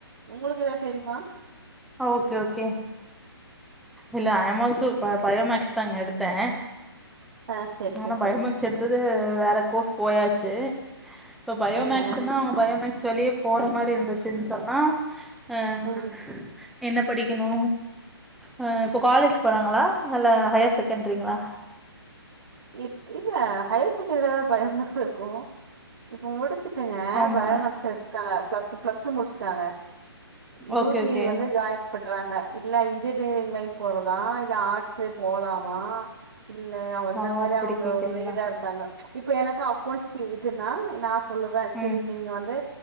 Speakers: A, on the right (about 65°); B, in the centre.
A: உங்குளுக்கு எதாது தெரிமா
B: ஓகே ஓகே இல்ல I am also bio bio maths தாங்க எடுத்தே
A: ஆ சரி
B: ஆனா
A: சரி சரி
B: பயோமேக்ஸ் எடுத்தது வேற கோர்ஸ் போயாச்சு ப்போ பயோமேக்ஸ்னா
A: ஆ ஆ
B: பயோமேக்ஸ் வெளிய போற மாரி இருந்துச்சுன்னு சொன்னா அஹ்
A: ம்
B: என்ன படிக்கணு அ இப்போ காலேஜ் போறாங்களா இல்ல ஹையர் செகண்ட்ரிங்களா
A: இப் இல்ல ஹையர் செகண்டிரிலதா பயோ மேஸ் இருக்கு ப்ப முடு ச்சுட்டுங்க
B: ஆமா
A: பயோமேக்ஸ் எடுத்துட்டாங்க பிளஸ் பிளஸ் டூ முடிச்சுட்டாங்க யூ
B: ஓகே
A: ஜி
B: ஓகே
A: வந்து ஜாயின் பண்றாங்க இல்ல இன்ஜினியரிங் லைன் போறதா இல்ல ஆர்ட்ஸ் போலாமா இல்ல அந்த
B: ஆ
A: மாரி
B: அப்டி
A: அவங்க
B: கேக்குறீங்களா
A: ஒரே இதா இருக்காங்க இப்ப எனக்கு அக்கௌண்ட்ஸ் பு இதுன்னா நா சொல்லுவ சரி
B: ம்
A: நீங்க வந்து